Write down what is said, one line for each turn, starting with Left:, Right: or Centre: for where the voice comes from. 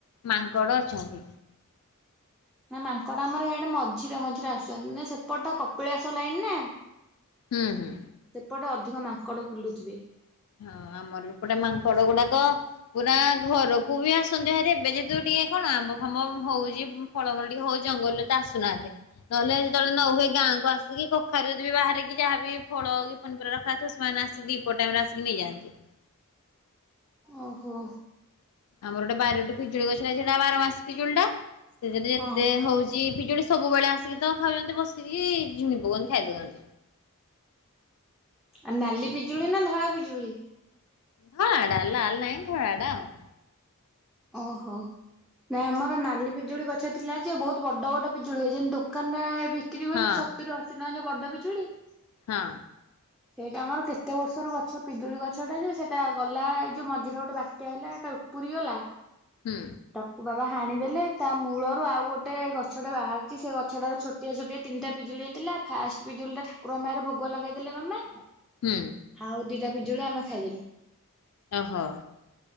Left: ମାଙ୍କଡ ଅଛନ୍ତି।
Centre: ନା ମାଙ୍କଡା ଆମର ସେଇଆଡେ ମଝିରେ ମଝିରେ ଆସୁଛନ୍ତି ନା ସେପଟା କପିଳାସ ଲାଇନ ନା।
Left: ହୁଁ ହୁଁ।
Centre: ସେପଟେ ଅଧିକ ମାଙ୍କଡ଼ ବୁଲୁଥିବେ।
Left: ହଁ ଆମର ବି ଏପଟେ ମାଙ୍କଡ ଗୁଡାକ ପୁରା ଘରକୁ ବି ଆସନ୍ତିୁ ଭରେ ଏବେ ଯେହେତୁ ଟିକେ କଣ ଆମ୍ବ ଫାମ୍ବ ହଉଛି। ଫଳମଳ ଟିକେ ହଉଛି ଜଙ୍ଗଲରେ ତ ଆସୁନାହାନ୍ତି। ନହେଲେ ଯେତେବେଳେ ନ ହୁଏ ଗାଁ କୁ ଆସିକି କଖାରୁ ଯଦି ବାହାରିକି ଯାହାବି ଫଳ। ପନିପରିବା ରଖାହୋଇଥିବ ସେମାନେ ଆସିିକ ଦିପପହର ଟାଇମ୍ ଆସିକି ନେଇଯାଆନ୍ତି।
Centre: ଓହୋ।
Left: ଆମର ଗୋଟେ ବାରି ଗୋଟେ ପିଜୁଳି ଗଛ ନା ସେଟା ବାର ମାସ ପିଜୁଳିଟା ସେ ଯେତେ
Centre: ହଁ
Left: ହଉଛି ପିଜୁଳି। ସବୁବେଳେ ଆସିକି ତ ଖାଉଛନ୍ତି ବସିକି ଝୁଣି ପକାନ୍ତି ଖାଇଦଉନ୍ତି।
Centre: ଆଉ ନାଲି ପିଜୁଳି ନା ଧଳା ପିଜୁଳି?
Left: ହଁ ଆଡା ଲାଲ ନାହିଁ ଥା ଆଡାଉ। <unintelligible>
Centre: ଓହୋ। ନାଇଁ ଆମର ନାଲି ପିଜୁଳି ଗଛ ଥିଲା ଯେ ବହୁତ ବଡ ବଡ ପିଜୁଳି ହୁଏ ଯେମିତି ଦୋକାନରେ ବିକିରି ହୁଏନି
Left: ହଁ
Centre: ସତୁରି ଅଶି ନ ବଡ ପିଜୁଳି।
Left: ହଁ।
Centre: ସେଇଟା ଆମର କେତେ ବର୍ଷର ଗଛ ପିଜୁଳି ଗଛଟା ଯେ ସେଇଟା ଗଲା ଏଇ ଯୋଉ ମଝିରେ ଗୋଟେ ବାତ୍ୟା ହେଲା ଏଇଟା ଉପୁରୀ ଗଲା।
Left: ହୁଁ।
Centre: ତାକୁ ବାବା ହାଣିଦେଲେ ତା ମୂଳରୁ ଆଉ ଗୋଟେ ଗଛଟେ ବାହାରିଛି ସେ ଗଛଟାରେ ଛୋଟ ଛୋଟିଆ ଛୋଟିଆ ତିନିଟା ପିଜୁଳି ହେଇଥିଲା ଫାଷ୍ଟ୍ ପିଜୁଳିଟା ଠାକୁରଙ୍କ ପାଖରେ ଭୋଗ ଲଗେଇ ଦେଲେ ମାମା।
Left: ହୁଁ।
Centre: ଆଉ ଦି ଟା ପିଜୁଳି ଆମେ ଖାଇଦେଲୁ।
Left: ଓହୋ।